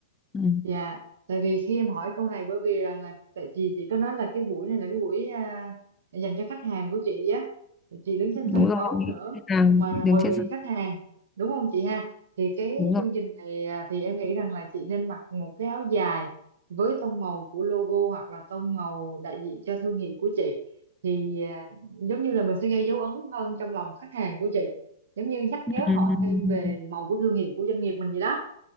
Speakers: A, on the left; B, on the right.
A: Ừ,
B: Dạ, tại vì khi em hỏi câu này bởi vì rằng là tại vì chị có nói là cái buổi này là cái buổi à, dành cho khách hàng của chị á, Rồi chị đứng trên
A: đúng
B: sân
A: rồi,
B: khấu
A: hội nghị
B: nữa
A: khách hàng
B: mà là
A: đứng
B: hội
A: trên
B: nghị
A: sân
B: khách hàng đúng không chị ha? Thì cái
A: đúng rồi
B: chương trình này à, thì em nghĩ rằng là chị nên mặc một cái áo dài với tông màu của logo hoặc là tông màu đại diện cho thương hiệu của chị thì à, giống như là mình sẽ gây dấu ấn hơn trong lòng khách hàng của chị, giống như nhắc nhớ
A: Ừ,
B: họ thêm về màu của thương hiệu của doanh nghiệp mình vậy đó.